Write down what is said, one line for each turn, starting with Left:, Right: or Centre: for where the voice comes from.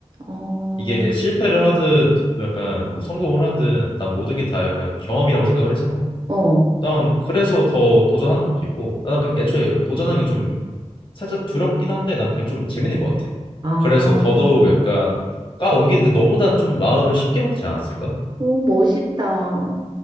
Right: 어,
Left: 이게 실패를 하든 약간 뭐 성공을 하든 난 모든 게 다 약간 경험이라고 생각을 해서
Right: 어.
Left: 난 그래서 더 도전하는 것도 있고 아, 난그 애초에 약간 도전하는 게좀 살짝 두렵긴 한데 난 그게 좀 재밌는 것 같아.
Right: 아,
Left: 그래서 더더욱 약간 까 옮기는데 너보단 좀 마음을 쉽게 먹지 않았을까?
Right: 오, 멋있다.